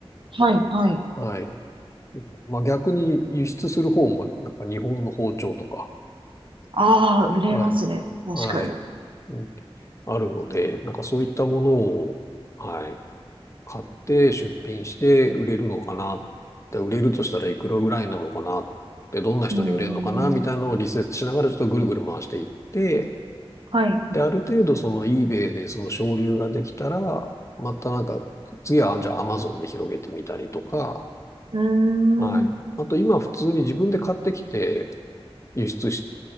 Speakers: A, on the right; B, on the left.
A: はい、はい。
B: はい。まあ逆に輸出する方もなんか日本の包丁とか、
A: ああ、売れますね。
B: はい。
A: 確かに。
B: はい。うんあるので、なんかそういったものを、はい。買って出品して売れるのかな。で、売れるとしたらいくらぐらいなのかな。で、どんな人に売れるのかなみたいなのをリセーチしながらちょっとぐるぐる回していって、
A: うーん。はい。
B: で、ある程度その eBay でその省流ができたら、またなんか、次はじゃあ Amazon で広げてみたりとか、
A: うー
B: はい。
A: ん。
B: あと今普通に自分で買ってきて輸出し